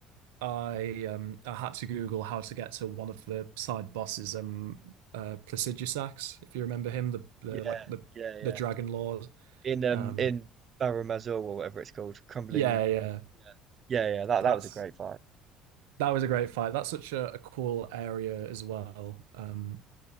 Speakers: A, on the right; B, on the right.
A: I um I had to Google how to get to one of the side bosses, um uh Placidusax, if you remember him, the the
B: Yeah,
A: like the
B: yeah, yeah.
A: the Dragon Lord.
B: In um,
A: Um
B: in Barrow Mazor or whatever it's called, Crumbling.
A: yeah, yeah.
B: Yeah, yeah, yeah. That
A: That's
B: that was a great fight.
A: that was a great fight. That's such a, a cool area as well. Um